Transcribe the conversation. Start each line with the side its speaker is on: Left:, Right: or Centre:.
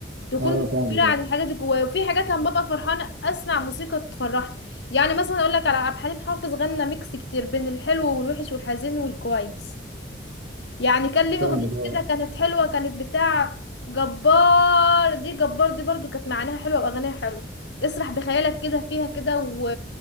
Left: تكون
Right: اه فاهمك
Left: معبرة عن
Right: اه
Left: الحاجات اللي جوايا وفي حاجات لما ببقى فرحانة اسمع موسيقى تفرحني يعني مثلا اقول لك على عبد الحليم حافظ غنى ميكس كتير بين الحلو والوحش والحزين والكويس يعني كان ليه
Right: فاهمك
Left: اغنية
Right: اه
Left: كده كانت حلوة كانت بتاع جبار دي جبار دي برضو كانت معناها حلوة واغانيها حلوة اسرح بخيالك كده فيها كده و...